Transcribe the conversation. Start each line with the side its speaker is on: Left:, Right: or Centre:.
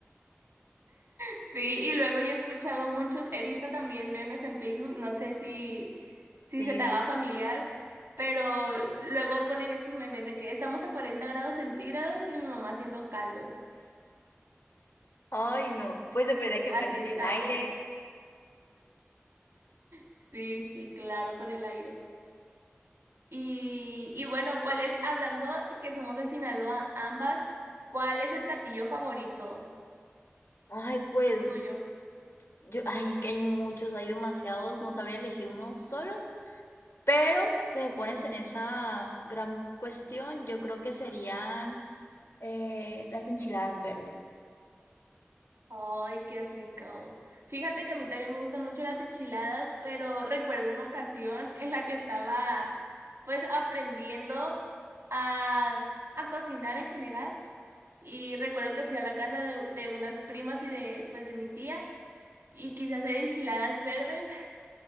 Right: Sí, y luego yo he escuchado muchos, he visto también memes en Facebook, no sé si, si
Left: Sí,
Right: se te haga
Left: sí.
Right: familiar, pero luego ponen estos memes de que estamos a 40 grados centígrados y mi mamá haciendo caldos.
Left: Ay, no. Pues de perdida que
Right: Así
Left: prendan
Right: estamos.
Left: el aire.
Right: Sí, sí, claro, con el aire. Y, y bueno, ¿cuál es, hablando de que somos de Sinaloa ambas, cuál es el platillo favorito
Left: Ay, pues
Right: tuyo?
Left: yo, ay, es que hay muchos, hay demasiados. No sabría elegir uno solo. Pero si me pones en esa gran cuestión, yo creo que serían eh, las enchiladas verdes.
Right: Ay, qué rico. Fíjate que a mí también me gustan mucho las enchiladas, pero recuerdo una ocasión en la que estaba pues aprendiendo a, a cocinar en general y recuerdo que fui a la casa de, de unas primas y de pues de mi tía y quise hacer enchiladas verdes.